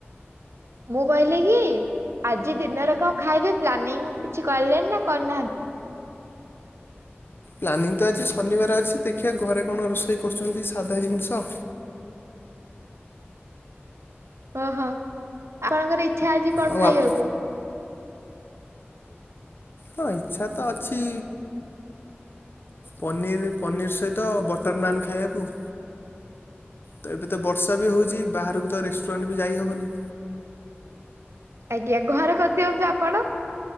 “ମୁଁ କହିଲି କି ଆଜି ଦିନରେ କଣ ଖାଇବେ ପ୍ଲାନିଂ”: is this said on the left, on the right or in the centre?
Right